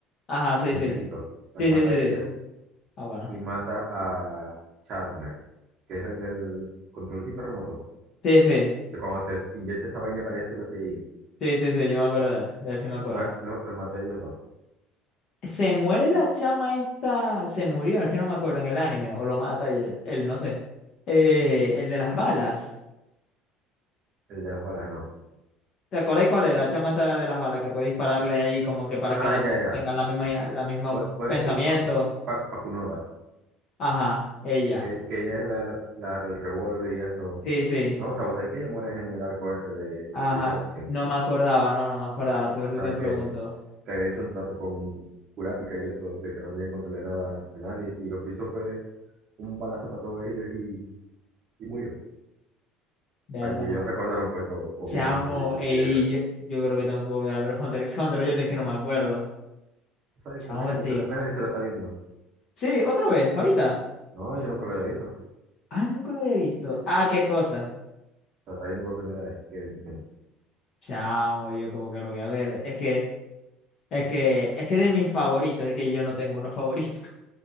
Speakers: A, on the left; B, on the right.
A: Ajá, sí,
B: un
A: sí.
B: chiquito. Bueno,
A: Sí,
B: mata
A: sí, sí,
B: a ese
A: sí. Ah, bueno.
B: y mata a Charnak, que es el del controlcito remoto,
A: Sí, sí.
B: que cuando se inyecta esa vaina parece Super Saiyajin.
A: Sí, sí, sí, yo me acuerdo de él. De él sí me acuerdo.
B: Mat- lo- los maté a ellos dos.
A: Se muere la chama esta. Se murió, es que no me acuerdo en el anime. O lo mata él, él, no sé. Eh, el de las balas.
B: El de las balas, no.
A: ¿Te acordáis cuál es? La chama esta de las balas que puede dispararle ahí como que para
B: Ah,
A: que ahora
B: ya, ya.
A: tengan la misma, la misma
B: Voy, voy
A: pensamiento.
B: a decir Pa- Pa- Pakunoda,
A: Ajá, ella.
B: que, que ella es la, la, la- el revólver y eso.
A: Sí, sí.
B: No, o sea, vos sabés que ella muere en el arco ese de,
A: Ajá.
B: de, de Yorkshire.
A: No me acordaba, no, no me acordaba. Tú ahorita
B: O
A: te
B: sea,
A: pregunto.
B: que, que había hecho un trato con Kurapika y eso, de que no tenía que contarle nada a nadie. Y lo que hizo fue un balazo para todos ellos y, y murió.
A: Berta,
B: Y
A: no.
B: ellos recordaron pues todo, o
A: Chamo,
B: vieron, mejor dicho, lo
A: ey,
B: que ella vio.
A: yo, yo creo que tengo que volver a ver Hunter x Hunter. Oye, es que no me acuerdo.
B: O sea,
A: Chamo,
B: que Melanie
A: tío.
B: se, Melanie se lo está viendo.
A: Sí, otra vez, ahorita.
B: No, yo nunca lo había visto.
A: Ah, nunca lo había visto. Ah, qué cosa.
B: Lo está viendo por primera vez. Qué bendición.
A: Chamo, yo como que lo voy a ver. Es que, es que, es que de mis favoritos, es que yo no tengo unos favoritos.